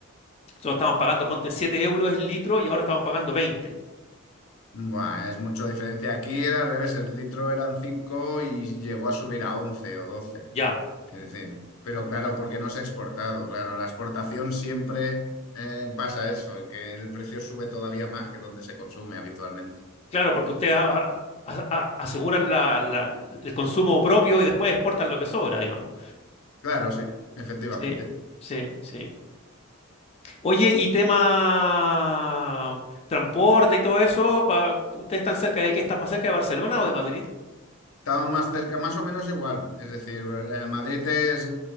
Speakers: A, on the left; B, on the left.
A: Nosotros estamos pagando, ponte 7 euros el litro y ahora estamos pagando veinte
B: Buah, es mucha diferencia. Aquí era al revés, el litro eran 5 y llegó a subir a 11 o 12.
A: Ya,
B: Es decir, pero claro, porque no se ha exportado, claro, la exportación siempre eh, pasa eso, que el precio sube todavía más que donde se consume habitualmente.
A: claro, porque ustedes a- a- a- a- aseguran la- la- el consumo propio y después exportan lo que sobra, digamos.
B: Claro, sí, efectivamente.
A: Sí, sí, sí. Oye, y tema transporte y todo eso, pa- ¿ustedes están cerca de qué? ¿Están más cerca de Barcelona o de Madrid?
B: Estaba más cerca, más o menos igual. Es decir, eh, Madrid es eh,